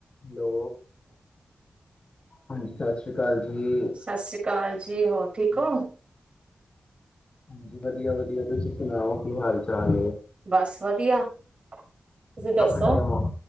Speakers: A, on the left; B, on the right.
A: Hello ਹਾਂਜੀ ਸਤਿ ਸ੍ਰੀ ਅਕਾਲ ਜੀ।
B: ਸਤਿ ਸ੍ਰੀ ਅਕਾਲ ਜੀ ਜੀ ਹੋਰ ਠੀਕ ਹੋ
A: ਹਾਂਜੀ ਵਧੀਆ ਵਧੀਆ ਤੁਸੀਂ ਸੁਣਾਓ ਕੀ ਹਾਲ ਚਾਲ
B: ਬਸ ਵਧੀਆ ਤੁਸੀਂ ਦੱਸੋ
A: ਕਾਫੀ ਟਾਈਮ ਹੋ